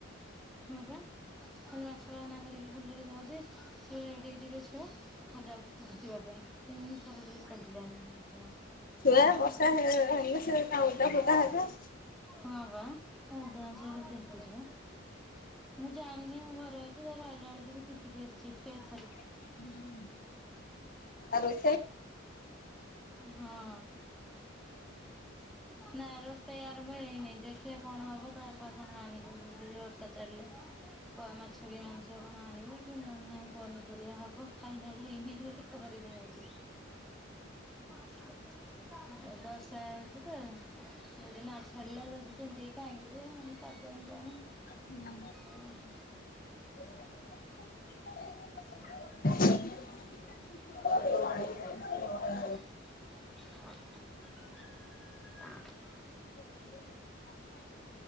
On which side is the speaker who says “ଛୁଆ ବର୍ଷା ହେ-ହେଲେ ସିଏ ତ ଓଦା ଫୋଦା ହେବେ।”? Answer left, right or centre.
Left